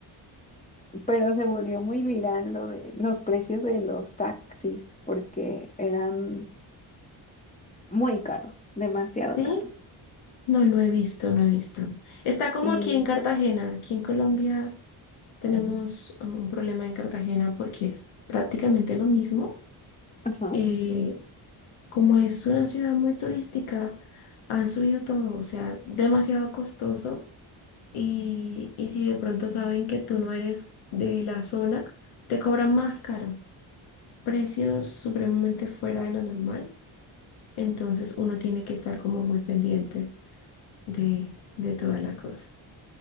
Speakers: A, on the left; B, on the left.
A: pero se volvió muy viral lo de los precios de los taxis porque eran muy caros, demasiado
B: ¿Sí?
A: caros.
B: No, no he visto, no he visto. Está como
A: Y,
B: aquí en Cartagena. Aquí en Colombia tenemos ah, un problema en Cartagena porque es prácticamente lo mismo.
A: ajá,
B: Eh, como es una ciudad muy turística, han subido todo, o sea, demasiado costoso. Y, y si de pronto saben que tú no eres de la zona, te cobran más caro. Precios supremamente fuera de lo normal. Entonces uno tiene que estar como muy pendiente de, de toda la cosa.